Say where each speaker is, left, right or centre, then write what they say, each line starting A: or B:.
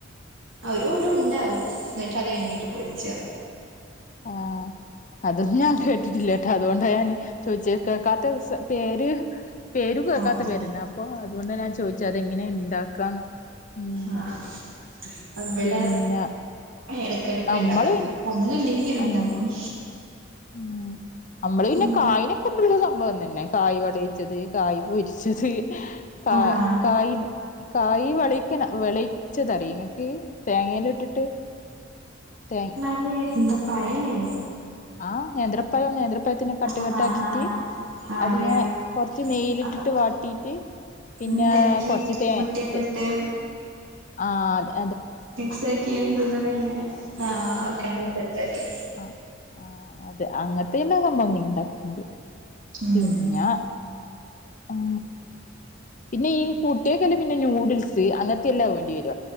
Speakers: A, on the right (about 85°); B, on the left (about 40°).
A: അതൊരു ഉണ്ടാവും ഇന്നട്ട് അത് എണ്ണേട്ട് പൊരിച്ച.
B: ആഹ് അതൊന്നും ഞാൻ
A: ഉം
B: കേട്ടിട്ടില്ല. അതുകൊണ്ട ഞാൻ ചൊയ്ച്ചെ കേക്കാത്ത പേര് പേരും കേക്കാത്ത
A: ആഹ്
B: പേരെന്നാ. അപ്പൊ അതുകൊണ്ട ഞാൻ ചോയ്ചെ അത് എങ്ങനെ ഇണ്ടാക്കാന്ന്. ഉം
A: ആഹ് അത് ഇബെടെ
B: പിന്നെ
A: ഏടക്കെടക്ക്
B: നമ്മള്
A: ഇണ്ടാക്കും. ഒന്നില്ലെങ്കി അഹ് ഇണ്ടാക്കും
B: ആഹ് ഉം നമ്മള് പിന്നെ
A: ഉം
B: കായ്ന് കുണ്ടുവിള്ള സംഭവം തന്നെ കായ് വെളീച്ചത് കായ് പൊരിച്ചത്. കാ
A: ആഹ്
B: കായ് കായ് വെളീക്കണ വെളീ ച്ചതറീ ഇങ്ങക്ക് തേങേലിട്ടിട്ട് തേ
A: ഏഹ് ഇന്ത പഴല്ലെ
B: ആഹ് നേന്ത്രപ്പയോ നേന് ഇപ്പത്തിനെ കട്ട്
A: ആഹ്
B: കട്ട്
A: ആഹ്
B: ആക്കിട്ട്.
A: ആഹ് ആഹ്
B: അതിനെ
A: അറിയാം
B: കൊറ്ച്ച് മെയ്ലിട്ടിട്ട്
A: അത്
B: വാട്ടിയിട്ട് പിന്നെ
A: ഉം തേങ്ങയും
B: കൊറ്ച്ച് തേ
A: മുട്ടയൊക്കെ
B: <unintelligible>
A: ഇട്ട്
B: ആഹ് അതെ
A: മക്സ് ആക്കി <unintelligible> എ ഇങ്ങനെ ഇല്ലെ <unintelligible>
B: അഹ് ആഹ് അതെ അങ്ങൻത്തെ എല്ലാ സംഭവങ്ങൾ ഇണ്ടാക്കിട്ട്ണ്ട്.
A: ഉം
B: പിന്നെ ഉം പിന്നെ ഈ കുട്ട്യേക്കെന്നെ പിന്നെ നൂഡിൽസ് അങ്ങൻത്തെ എല്ലാ വേണ്ടി വര